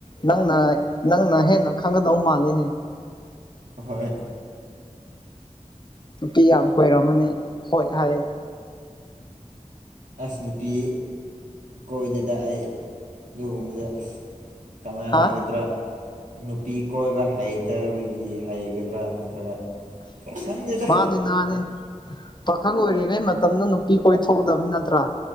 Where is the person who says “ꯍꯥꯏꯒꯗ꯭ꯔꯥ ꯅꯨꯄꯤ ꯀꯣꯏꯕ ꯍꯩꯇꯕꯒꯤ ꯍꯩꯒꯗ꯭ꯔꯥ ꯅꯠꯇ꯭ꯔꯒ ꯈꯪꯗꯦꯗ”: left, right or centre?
Right